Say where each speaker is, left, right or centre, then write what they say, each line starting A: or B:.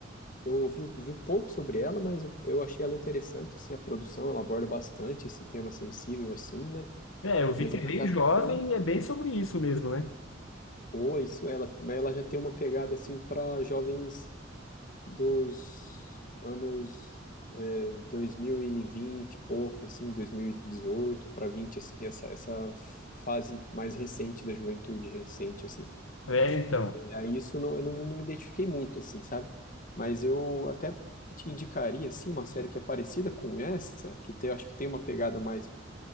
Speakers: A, on the left (about 45°); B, on the left (about 90°).
A: Eu ouvi, vi pouco sobre ela, mas eu eu achei ela interessante, assim, a produção, ela aborda bastante esse tema sensível, assim, né?
B: É, eu vi
A: Mas
B: que
A: ela
B: é bem
A: já
B: jovem
A: tem.
B: e é bem sobre isso mesmo, né?
A: Pô, isso, ela. Mas ela já tem uma pegada, assim, para jovens dos anos eh, 2020, e vinte, e poucos, assim, 2018 para 20, assim, essa, essa fase mais recente da juventude, recente, assim.
B: É, então.
A: Aí isso não- eu não, me não me identifiquei muito, assim, sabe? Mas eu até te indicaria, assim, uma série que é parecida com essa, que tem, eu acho que tem uma pegada mais